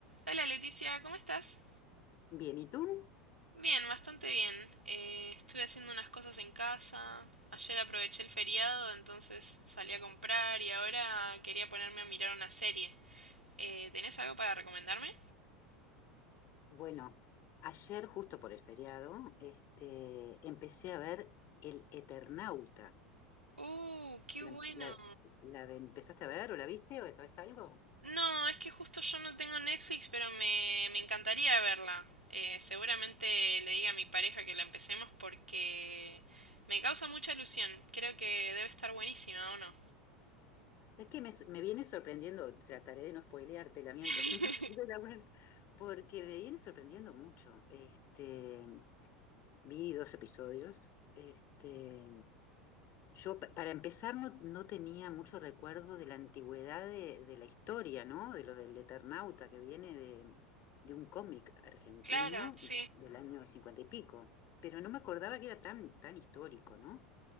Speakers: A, on the right; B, on the left.
A: Hola Leticia, ¿cómo estás?
B: Bien, ¿y tú?
A: Bien, bastante bien. Eh, estuve haciendo unas cosas en casa. Ayer aproveché el feriado, entonces salí a comprar y ahora quería ponerme a mirar una serie. Eh, ¿tenés algo para recomendarme?
B: Bueno, ayer, justo por el feriado, este, empecé a ver El Eternauta.
A: ¡Uh, qué
B: ¿La,
A: bueno!
B: la- la empezaste a ver o la viste o sabes algo?
A: No, es que justo yo no tengo Netflix, pero me, me encantaría verla. Eh, seguramente le diga a mi pareja que la empecemos porque me causa mucha ilusión. Creo que debe estar buenísima, ¿o no?
B: ¿Sabes qué? Me, me viene sorprendiendo, trataré de no spoileártela mientras
A: <laughs>
B: <laughs> entonces no la ver, porque me viene sorprendiendo mucho. Este, vi dos episodios. Este, Yo, pa- para empezar, no, no tenía mucho recuerdo de la antigüedad de, de la historia, ¿no? De lo del Eternauta, que viene de, de un cómic argentino
A: Claro, sí.
B: del año cincuenta y pico. Pero no me acordaba que era tan, tan histórico, ¿no?